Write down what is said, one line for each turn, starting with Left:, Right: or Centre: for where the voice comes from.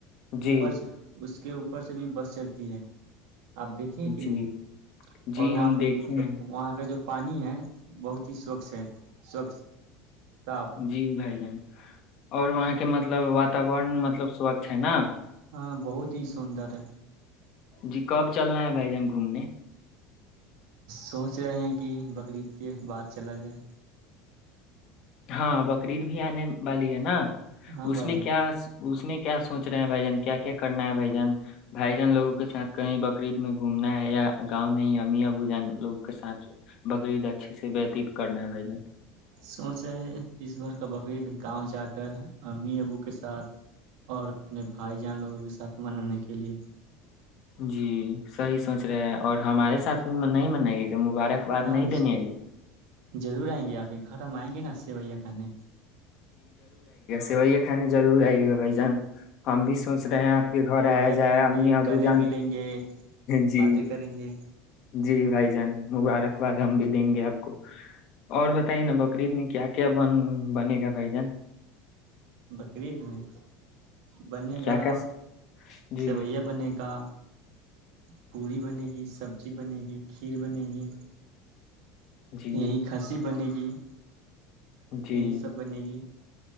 Left: جی
Right: اوپر سے اس کے اوپر سے بھی بس چلتی ہے آپ دیکھے ہیں کہ
Left: جی
Right: نہیں
Left: جی
Right: اور وہاں
Left: ہم دیکھے
Right: کے مطلب
Left: ہیں
Right: وہاں کا جو پانی ہے بہت ہی سوچھ ہے سوچھ صاف
Left: جی بھائی جان اور وہاں کے مطلب واتاورن مطلب سبق ہے نا
Right: ہاں بہت ہی سندر ہے
Left: جی کب چلنا ہے بھائی جان گھومنے
Right: سوچ رہے ہیں کہ بقرعید کے بعد چلا جائے
Left: ہاں بکرید بھی آنے والی ہے نا
Right: ہاں
Left: اس
Right: بھائی
Left: میں
Right: جان
Left: کیا اس میں کیا سوچ رہے ہیں بھائی جان کیا کیا کرنا ہے بھ جان بھائی جان لوگوں کے ساتھ کہیں بقرعید میں گھومنا ہے یا گاؤں میں ہی ام ابوجن لوگ کے ساتھ بکرریید اچھے سے وتیت کرنا ہے بھ جن
Right: سوچ اس بھر کا بکریید گاؤں جا کے کر امی ابو کے ساتھ اور اپنے بھائی جان لوگوں کے ساتھ مننے کے لیے
Left: جی صحیح سوچ رہے ہیں اور ہمارے ساتھ نہیں منائے گی مبارکباد
Right: ہاں
Left: نہیں دینے ہے
Right: ضرور آئیں گےپ کے گھر ہم آئیں گے نا بھیا کانے
Left: وہی کھانے ضرور آئیے گا بھائی جان ہم بھی سوچ رہے ہیں آپ کے گھر
Right: رویا
Left: آیا جائے
Right: کھائیں
Left: امی
Right: گے
Left: ابو
Right: گلے
Left: جان
Right: ملیں گے
Left: جی
Right: باتیں کریں گے
Left: جی بھائی جان مبارک باد ہم بھی دیں گے آپ کو اور بتائیے نا بکرریید میں کیا کیا بن بنے گا بھائی جان
Right: بقرید میں بنے
Left: کیا
Right: گا
Left: کیا جی
Right: سیویا بنے گا پوڑی بنے گی سبزی بنے گی کھیر بنے گی
Left: جی
Right: یہی کھسی بنے گی جی
Left: جی
Right: یہی سب بنے گی